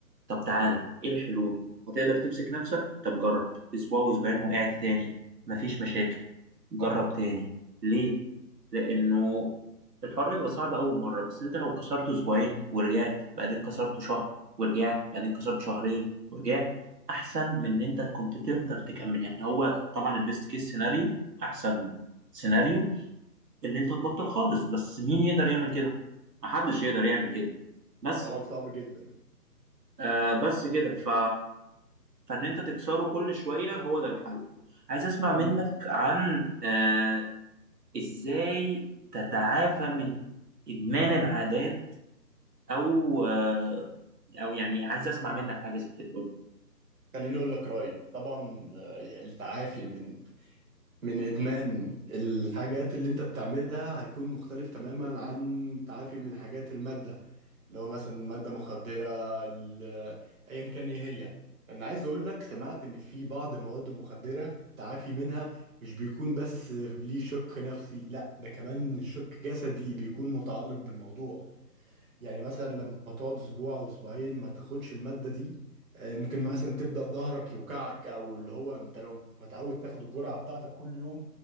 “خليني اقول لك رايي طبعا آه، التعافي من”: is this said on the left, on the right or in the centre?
Right